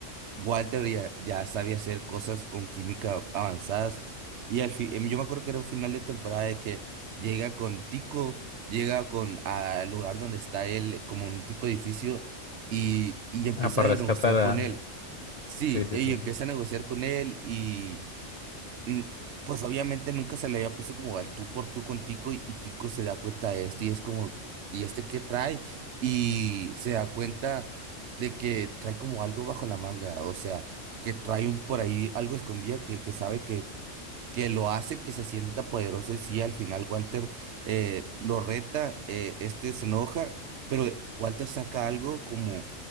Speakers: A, on the right; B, on the left.
A: Walter ya, ya sabía hacer cosas con química avanzadas y al fin, yo me acuerdo que era un final de temporada de que llega con Tico, llega con al lugar donde está él, como un tipo de edificio, y, y empieza
B: Ah, para
A: a
B: rescatar
A: negociar
B: a...
A: con él. Sí,
B: Sí, sí,
A: y
B: sí.
A: empieza a negociar con él y mm, pues obviamente nunca se le había puesto como al tú por tú con Tico y, y Tico se da cuenta de esto y es como, ¿y este qué trae? Y se da cuenta de que trae como algo bajo la manga, o sea, que trae un por ahí algo escondida que, que sabe que, que lo hace que se sienta poderoso y sí, al final Walter eh, lo reta, eh, este se enoja, pero Walter saca algo como